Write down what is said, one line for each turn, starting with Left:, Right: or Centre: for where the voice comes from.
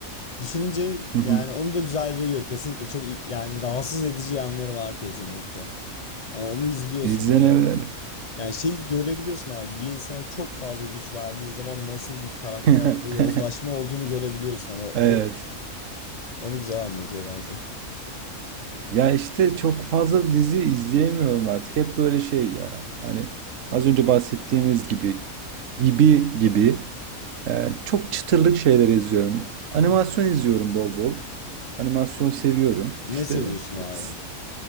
Left: düşününce
Right: Hı
Left: yani
Right: hı.
Left: onu da güzel veriyor kesinlikle çok iyi- yani rahatsız edici yanları var kesinlikle. Ama onu izliyorsun
Right: İzlenebilir.
Left: böyle. o- Yani şeyi görebiliyorsun abi. Bir insana çok fazla güç verdiği zaman nasıl bir karakterde
Right: <laughs>
Left: yozlaşma olduğunu görebiliyorsun. Hani o,
Right: Evet.
Left: o- onu güzel anlatıyor bence.
Right: Ya işte çok fazla dizi izleyemiyorum artık. Hep böyle şey ya. Hani az önce bahsettiğimiz gibi gibi gibi Ee, çok çıtırlık şeyler izliyorum. Animasyon
Left: <laughs>
Right: izliyorum bol bol. Animasyon seviyorum.
Left: Ne
Right: İşte
Left: seviyorsun abi?
Right: e, s-